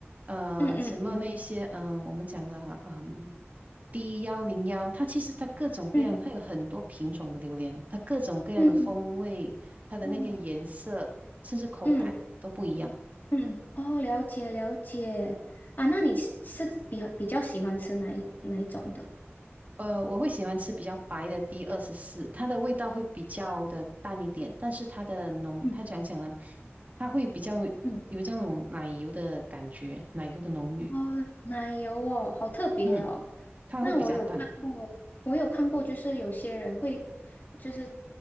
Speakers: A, on the right (about 35°); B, on the left (about 45°).
A: 呃，
B: 嗯嗯嗯
A: 什么那些，嗯、我们讲的，嗯，D 幺零幺，它其实它各种各样，
B: 嗯
A: 它有很多品种的榴莲，它各种各样的风味，
B: 嗯嗯
A: 它的那个颜色，
B: 哦
A: 甚至口感都不一样。
B: 嗯嗯哦，了解了解啊，那你是是比比较喜欢吃哪一哪一种的？
A: 呃，我会喜欢吃比较白的 D 二十四，它的味道会比较的淡一点，但是它的浓，
B: 嗯
A: 它讲讲呢，它会比较有这种奶油的感觉，
B: 嗯
A: 奶油的浓郁，
B: 哦，奶油哦，好特别哦。
A: 嗯，它会比较淡。
B: 那我有看过，我有看过，就是有些人会，就是